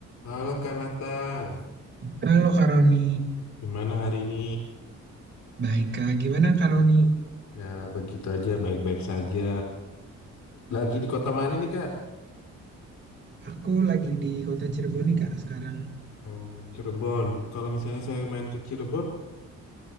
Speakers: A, on the left; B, on the right.
A: Halo Kak Nathan,
B: Halo Kak Roni,
A: gimana hari ini?
B: baik Kak. Gimana Kak Roni?
A: Ya begitu aja, baik-baik saja. Lagi di kota mana nih Kak?
B: Aku lagi di kota Cirebon nih Kak sekarang.
A: Hmm, Cirebon. Kalau misalnya saya main ke Cirebon,